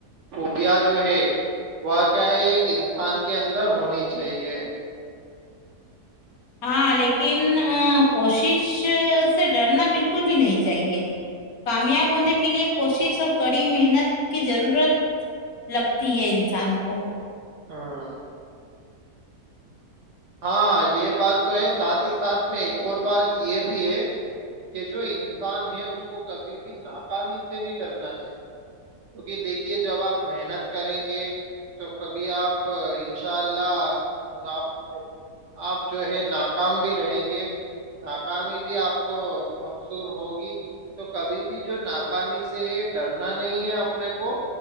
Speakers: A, on the right (about 65°); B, on the left (about 70°).
A: خوبیاں جو ہے وہ کیا ہے ایک انسان کے اندر ہونی چاہیے
B: ہاں لیکن کوشش سے ڈرنا بالکل بھی نہیں چاہیے کامیاب ہونے کے لیے کوشش اور کڑی محنت کی ضرورت لگتی ہے انسان کو
A: ہاں ہاں یہ بات تو ہے ساتھ ہی ساتھ میں ایک اور بات یہ بھی ہے کہ جو انسان ہے اس کو کبھی بھی ناکامی سے نہیں ڈرنا چاہیے کیونکہ دیکھیے جب آپ محنت کریں گے تو کبھی آپ انشاء اللہپ آپ جو ہے ناکام بھی رہیں گے ناکامی بھی آپ کو مقصور ہوگی تو کبھی بھی جو ناکامی سے ڈرنا نہیں ہے اپنے کو